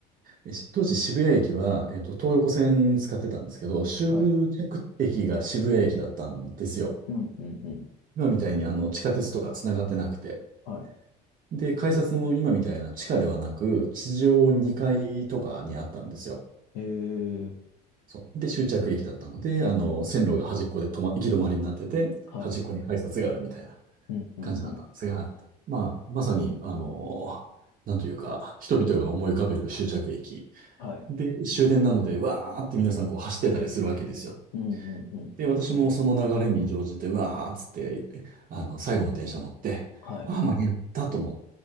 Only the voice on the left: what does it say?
はい。うん、うん、うん。
はい。
えー、
はい。
うん、うん、
うん。
はい。
うんうんうん。
はい。